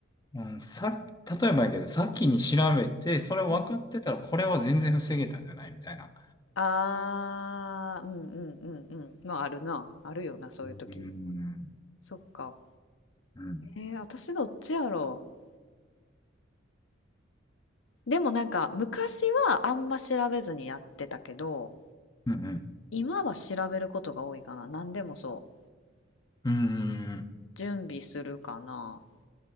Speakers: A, on the left; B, on the left.
A: うん、さ、例えばやけど、先に調べて、それ分かってたら、
B: うん。
A: これは全然防げたんじゃないみたいな。
B: ああ、うんうんうんうん。まああるな。あるよな、そういう時。
A: うん。
B: そっか。
A: うん。
B: えー、私どっちやろう。でもなんか昔はあんま調べずにやってたけど、
A: うん。
B: 今は調べることが多いかな。何でもそう。
A: うん。
B: 準備するかな。